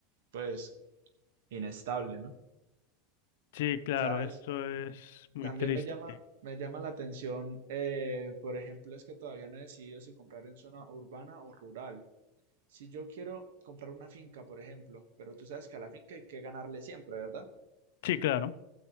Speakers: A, on the right (about 80°); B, on the left (about 75°).
A: pues, inestable, ¿no?
B: Sí, claro,
A: ¿Sabes?
B: esto es muy
A: También
B: triste.
A: me llama, me llama la atención, eh, por ejemplo, es que todavía no he decidido si comprar en zona urbana o rural. Si yo quiero comprar una finca, por ejemplo, pero tú sabes que a la finca hay que ganarle siempre, ¿verdad?
B: Sí, claro.